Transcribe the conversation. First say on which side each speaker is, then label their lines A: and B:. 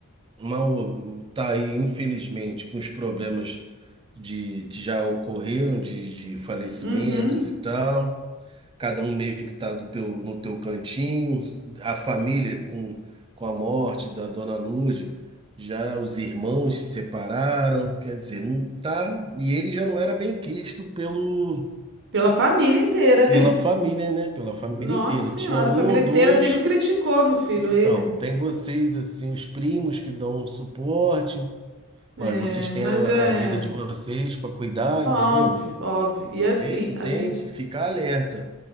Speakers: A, on the right; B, on the right.
A: mal, tá aí infelizmente com os problemas de que já ocorreram de, de falecimentos
B: Uhum.
A: e tal, cada um meio que está do teu, no teu cantinho, a família com, com a morte da Dona Lourdes, já os irmãos se separaram, quer dizer, não tá, e ele já não era bem quisto pelo
B: Pela família inteira,
A: pela
B: né? <laughs>
A: família, né? Pela família
B: Nossa
A: inteira.
B: Senhora,
A: Tinha um
B: a família
A: ou
B: inteira
A: dois.
B: sempre criticou meu filho,
A: Então,
B: ele.
A: tem vocês assim, os primos que dão um suporte,
B: É,
A: mas vocês têm
B: mas
A: a,
B: é
A: a vida de vocês para cuidar,
B: óbvio,
A: entendeu?
B: óbvio. E assim,
A: Ele
B: a
A: tem
B: gente,
A: que ficar alerta,